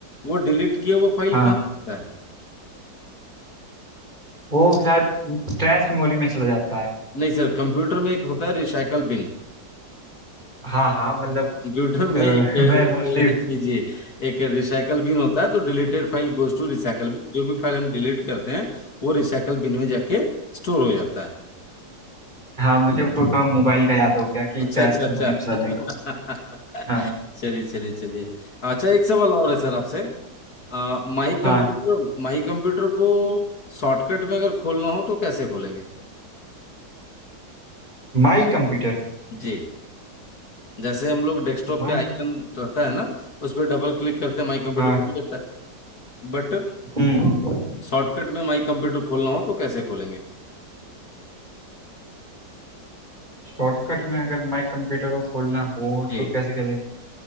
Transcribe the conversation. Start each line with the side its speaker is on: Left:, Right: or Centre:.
Left: वो डिलीट किया वो फाइल
Right: हाँ
Left: कहाँ होता है
Right: वो शायद स्ट्रेस मेमोरी में चला जाता है
Left: नहीं सर कंप्यूटर में एक होता है रिसाइकल बिन
Right: हाँ हाँ मतलब
Left: कंप्यूटर में
Right: अ, <laughs>
Left: एक एक
Right: मैं मोस्टली
Left: जी जी एक रिसाइकल बिन होता है तो deleted file goes to recycle bin जो भी फाइल हम डिलीट करते हैं वो रिसाइकल बिन में जाके स्टोर हो जाता है
Right: हाँ मुझे तो थोड़ा मोबाइल का याद हो गया कि
Left: अच्छा
Right: ट्रैश
Left: अच्छा
Right: मेमोरी में चला जाएगा
Left: अच्छा
Right: वो। हाँ
Left: <laughs> चलिए चलिए चलिए अच्छा एक सवाल और है सर आपसे आ, माई
Right: हाँ
Left: कंप्यूटर माई कंप्यूटर को शॉर्टकट में अगर खोलना हो तो कैसे खोलेंगे
Right: माई कंप्यूटर
Left: जी जैसे हम लोग डेस्कटॉप
Right: माई
Left: पे आइकन रहता है ना उस पर डबल क्लिक करते हैं माई कंप्यूटर
Right: हाँ
Left: खुल जाता है बट
Right: हम्म हम्म।
Left: शॉर्टकट में माई कंप्यूटर खोलना हो तो कैसे खोलेंगे
Right: शॉर्टकट में अगर माई कंप्यूटर को खोलना हो
Left: जी
Right: तो कैसे करें